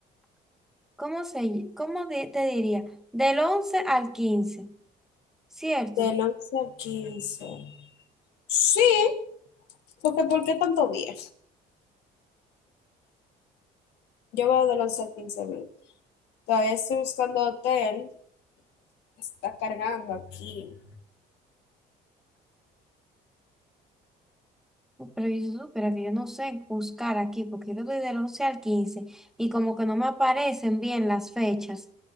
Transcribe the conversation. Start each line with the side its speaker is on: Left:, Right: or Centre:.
Centre: ¿cómo se, ll- cómo di- te diría? Del 11 al 15, ¿cierto?
Left: Del 11 al 15. Sí, Porque, ¿por qué tanto días? Yo veo del 11 al 15 mil. Todavía estoy buscando hotel. Está cargando aquí.
Centre: Pero yo supiera que yo no sé buscar aquí, porque yo doy del 11 al 15 y como que no me aparecen bien las fechas.